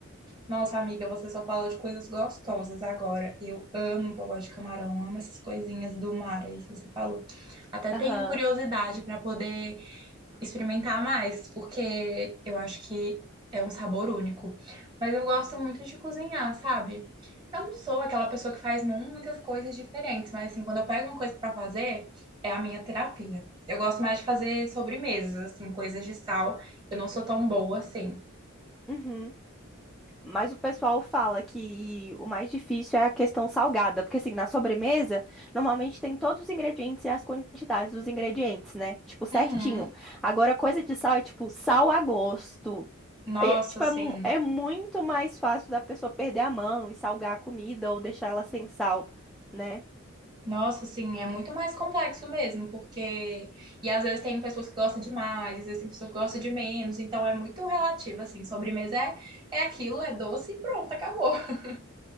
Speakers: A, on the right; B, in the centre.
A: Nossa, amiga, você só falou de coisas gostosas agora. Eu amo bobó de camarão, amo essas coisinhas do mar aí que você falou. Até tenho
B: Aham.
A: curiosidade para poder experimentar mais, porque eu acho que é um sabor único. Mas eu gosto muito de cozinhar, sabe? Eu não sou aquela pessoa que faz mu- muitas coisas diferentes, mas assim, quando eu pego uma coisa pra fazer, é a minha terapia. Eu gosto mais de fazer sobremesas, assim, coisas de sal. Eu não sou tão boa assim.
B: Uhum. Mas o pessoal fala que o mais difícil é a questão salgada, porque assim, na sobremesa, normalmente tem todos os ingredientes e as quantidades dos ingredientes, né? Tipo, certinho.
A: Uhum.
B: Agora, coisa de sal é tipo sal a gosto.
A: Nossa,
B: Aí, é, tipo,
A: assim,
B: é, mu- é muito mais fácil da pessoa perder a mão e salgar a comida ou deixar ela sem sal, né?
A: Nossa, assim, é muito mais complexo mesmo, porque. E às vezes tem pessoas que gostam de mais, às vezes tem pessoas que gostam de menos, então é muito relativo, assim. Sobremesa é, é aquilo, é doce e pronto, acabou. <laughs>